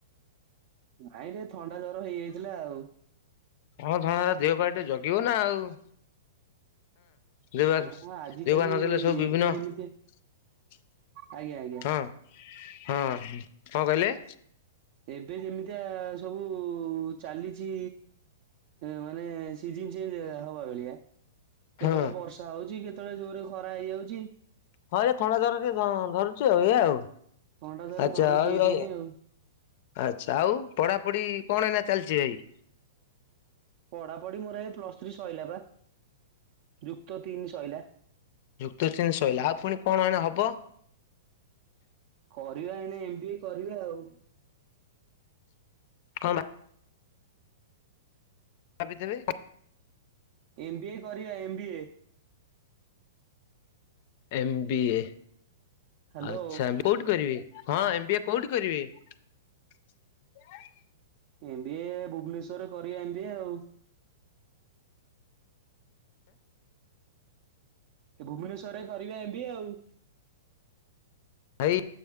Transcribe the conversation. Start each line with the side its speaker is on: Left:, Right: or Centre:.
Right: ନାଇଁ ଟିକେ ଥଣ୍ଡା ଜର ହେଇଯାଇଥିଲା ଆଉ।
Left: କ ଥଣ୍ଡା ଜର ଦେହ ପା ଟିକେ ଜଗିବ ନା ଆଉ ହଁ। ଦେହ ପା ଦେହବପା
Right: ହଁ ଆଜିକାଲି
Left: ନ କହିଲେ ସବୁ ବିଭିନ୍ନ
Right: ଏବେ ଯେମିତି
Left: ।
Right: ଆଜ୍ଞା ଆଜ୍ଞା
Left: ହଁ ହଁ, କଣ କହିଲେ?
Right: ଏବେ ଯେମିତିଆ ସବୁ ଚାଲିଛି। ମାନେ ସିଜିନ ଚେଞ୍ଜ ହେଲା ହବା ଭେଳିଆ। କେତେବେଳେ
Left: ହଁ।
Right: ବର୍ଷା ହଉଛି, କେତେବେଳେ ଜୋରେ ଖରା ହେଇଯାଉଛି।
Left: ହଁ, ଏ ଥଣ୍ଡା ଜର ଟିକେ ଧ ଧରୁଛି ଆଉ ଏଇଆ ଆଉ।
Right: ଥଣ୍ଡା ଜର
Left: ଆଛା
Right: ଧରୁଛି
Left: ଆଉ
Right: ଏଇଥିପାଇଁ
Left: ଏ
Right: ଆଉ।
Left: ଆଛା ଆଉ ପଢା। ପଡି କଣ ଏଇନା ଚାଲିଛି ଭାଇ।
Right: ପଢା ପଢି ମୋର ଏ ପ୍ଲସ ଥ୍ରୀ ସଇଲା ବା। ଯୁକ୍ତ ତିନି ସଇଲା।
Left: ଯୁକ୍ତ ତିନ ଶଇଲା ଆଉ ପୁଣି କଣ ଏଇନା ହବ।
Right: କରିବା ଏଇନା ଏମ ବି ଏ କରିବା ଆଉ।
Left: ହଁ ବା। ଭାବି ଥେବେ।
Right: ଏମ ବି ଏ କରିବା M B A.
Left: M B A
Right: hello
Left: ଆଛା କୋଉଠି କରିବେ । ହଁ ଏମ ବି ଏ କୋଉଠି କରିବେ ।
Right: ଏମ ବି ଏ ଭୁବନେଶ୍ୱର ରେ କରିବା ଏମ ବି ଏ ଆଉ। ଭୁବନେଶ୍ଵର ରେ କରିବା ଏମ ବି ଏ ଆଉ।
Left: ହାଇ